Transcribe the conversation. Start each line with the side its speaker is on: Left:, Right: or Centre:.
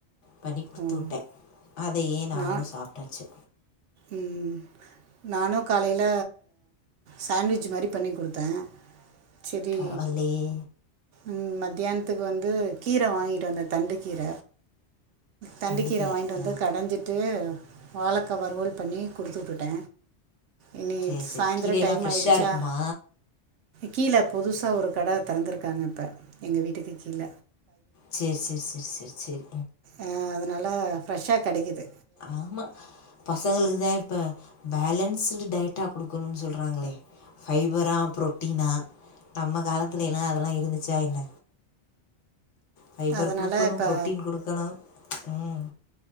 Left: பண்ணி குடுத்து
Right: ஓ
Left: உட்ட அதயே நாங்ளு
Right: நான்
Left: சாப்ட்டாச்சு
Right: ம் நானு காலல சாண்ட்விச் மாரி பண்ணி குடுத்தே சேரி
Left: பரவாயில்லையே
Right: ம் மத்தியானத்துக்கு வந் து கீர வாங்கிட்டு வந்தே தண்டு கீர தண்டுக்கீர
Left: தண்டிக்கீரை
Right: வாங்கிட்டு வந்து கடஞ்சிட்டு வாழக்கா வறுவல் பண்ணி குடுத்து உட்டுட்ட இனி
Left: சேரி சேரி
Right: சாய்ந்ரோ
Left: கீரையெல்லாம்
Right: டைம்
Left: ஃப்ரெஷ்ஷா
Right: ஆயிடுச்சா
Left: இருக்குமா
Right: கீழ புதுசா ஒரு கட தெறந்துருக்காங்க இப்ப எங்க வீட்டுக்கு கீழ
Left: சேர் சேர் சேர் சேர் சேரி
Right: அ அதனால ஃப்ரெஷ்ஷா கெடைக்கிது
Left: ஆமா பசங்களுக்குதே இப்ப பேலன்ஸ் டயட்டா குடுக்கணுன் சொல்றாங்களே பைபரா புரோட்டீனா நம்ம காலத்துல எல்லா அதுலா இருந்துச்சா என்ன பைபர்
Right: அதனால்
Left: குடுக்கணு
Right: இப்போ
Left: ப்ரோட்டீன் குடுக்கணு ம்